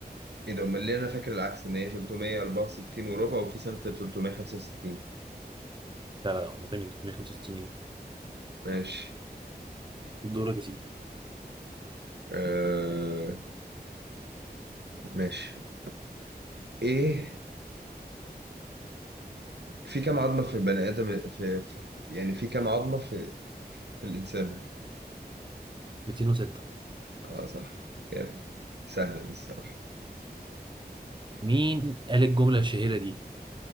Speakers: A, on the right; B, on the right.
A: ايه ده امال ليه انا فاكر العكس ان هي 364 وربع وفي سنة 365
B: لا لا لا، هو دايما 365 يوم
A: ماشي
B: دورك يا سيدي
A: آه ماشي ايه في كام عظمة في البني ادم في, في يعني في كام عظمة في, في الانسان
B: 206
A: اه صح جامد سهلة دي الصراحة
B: مين قال الجمله الشهيره دي